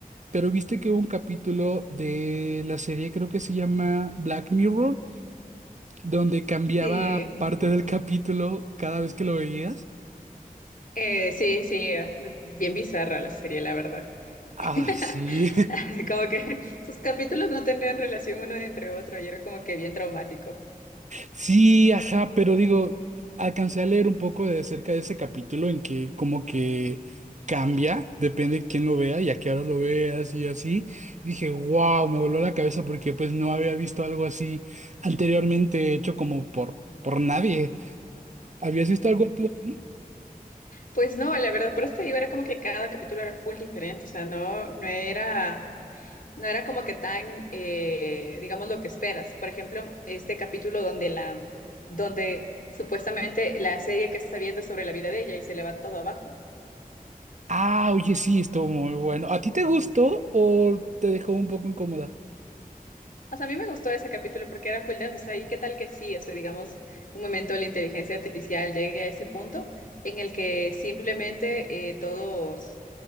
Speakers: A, on the right (about 50°); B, on the left (about 65°).
A: pero viste que hubo un capítulo de la serie, creo que se llama Black Mirror, donde cambiaba
B: Sí,
A: parte del capítulo cada vez que lo veías.
B: eh, sí, sí, eh, bien bizarra la serie, la verdad. <laughs>
A: Ay, sí.
B: Como que sus capítulos no tendrían relación uno entre otro y era como que bien traumático.
A: Sí, ajá, pero digo, alcancé a leer un poco de cerca de ese capítulo en que como que cambia, depende de quién lo vea y a qué hora lo veas y así. Dije, wow, me voló la cabeza porque pues no había visto algo así anteriormente hecho como por, por nadie. ¿Habías visto algo tú así?
B: Pues no, la verdad, por eso te digo, era como que cada capítulo era full diferente, o sea, no, no era, no era como que tan, eh, digamos, lo que esperas. Por ejemplo, este capítulo donde la, donde supuestamente la serie que está viendo es sobre la vida de ella y se le va todo abajo.
A: Ah, oye, sí, estuvo muy bueno. ¿A ti te gustó o te dejó un poco incómoda?
B: O sea, a mí me gustó ese capítulo porque era full dance, o sea, y qué tal que sí, o sea, digamos, un momento de la inteligencia artificial llegue a ese punto en el que simplemente eh, todos,